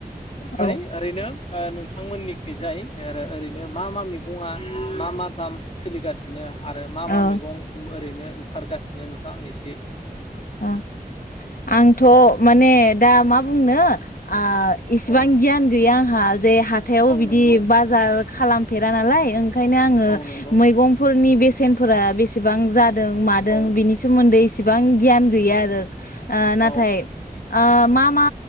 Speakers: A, on the left (about 40°); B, on the left (about 65°).
A: ओमफ्राय
B: औ
A: ओरैनो नोंथांमोननिखैजाय ओ बिनो मा मा मैगङा मा मा दाम सोलिगासिनो? आरो मा
B: औ
A: मा मैगं ओरैनो ओंखारगासिनो नोंथां आंनो इसे
B: ओ आंथ' माने दा मा बुंनो ओ इसिबां
A: औ
B: गियान गैया हा जे हाथायाव
A: औ
B: बिदि
A: नंगौ
B: बाजार खालामफेरा नालाय ओं ओंखायनो आङो
A: औ नंगौ
B: मैगंफोरनि बे सेनफोरा बेसेबां जाद दों मादों
A: औ
B: बिनि सोमोन्दै एसेबां गियान गैया आरो ओ नाथाय
A: औ
B: ओ मा मा